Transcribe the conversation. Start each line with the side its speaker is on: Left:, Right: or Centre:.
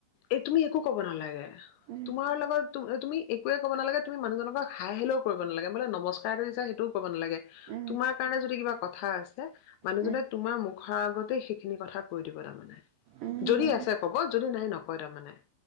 Left: এ তুমি একো কব নালাগে
Right: উম,
Left: তোমাৰ লগত তুমি একোৱে কব নালাগে তুমি মানুহজনক হাই হেলেও কৰিব নালাগে বোলে নমস্কাৰটো দিছা সেইটোও কব নালাগে।
Right: উম,
Left: তোমাৰ কাৰণে যদি কিবা কথা আছে মানুহজনে
Right: উম,
Left: তোমাৰ মুখৰ আগত গতিকে সেইখিনি কথা কৈ দিব তাৰমানে
Right: উম,
Left: যদি আছে কব যদি নাই নকয় তাৰমানে।